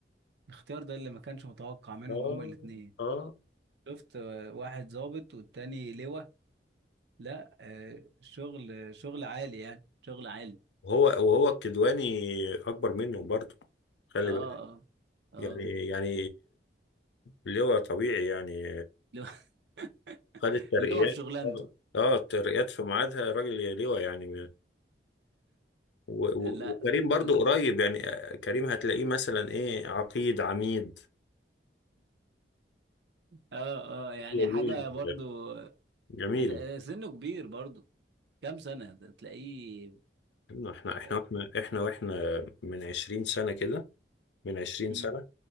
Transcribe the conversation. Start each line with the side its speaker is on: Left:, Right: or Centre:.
Right: الاختيار ده اللي ما كانش متوقع منهم
Left: اه
Right: هما الاتنين
Left: اه
Right: شفت آه، واحد ظابط والتاني لواء لا آه، شغل شغل عالي يعني شغل عالي
Left: وهو وهو الكدواني اكبر منه برضه خلي
Right: اه اه
Left: بالك
Right: اه
Left: يعني يعني اللي هو طبيعي يعني
Right: اللي هو
Left: خد
Right: <laughs>
Left: الترقيات
Right: اللي هو في شغلانته
Left: اه آه، الترقيات في ميعادها راجل لواء يعني و- و-
Right: لا
Left: وكريم برضو
Right: <laughs>
Left: قريب يعني آه، كريم هتلاقيه مثلا ايه عقيد عميد
Right: اه اه يعني
Left: هي دي
Right: حاجة برضو
Left: ال- جميلة
Right: في ال- سنه كبير برضو كام سنة ده تلاقيه
Left: احنا احنا احنا
Right: آه،
Left: واحنا احنا واحنا من 20 سنة كده من 20
Right: مم،
Left: سنة